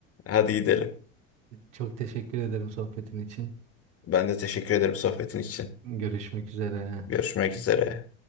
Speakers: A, on the left (about 40°); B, on the right (about 80°).
A: Hadi gidelim.
B: Çok teşekkür ederim sohbetin için.
A: Ben de teşekkür ederim sohbetin için.
B: Görüşmek üzere.
A: Görüşmek üzere.